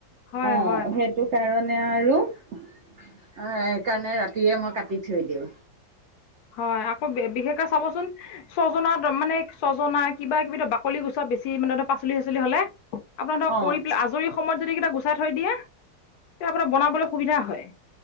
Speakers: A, on the left; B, on the right.
A: হয়
B: অ
A: হ
B: সেইটো কাৰণে আৰু অ সেইকাৰণে ৰাতিয়ে মই কাটি থৈ দিও।
A: হয় আকৌ বে বিশেষকৈ চাবচোন ছজনা দমানে ছজনা কিবা কিবি ধৰ বাকলি গুচোৱা বেছি মানে ধৰ পাচলি চাচলি হলে আপোনা ধক
B: অ'
A: কৰি পেলাই আজৰি সময়ত যদি এইকেইটা গুচাই থৈ দিয়ে তে আপোনাৰ বনাবলৈ সুবিধা হয়।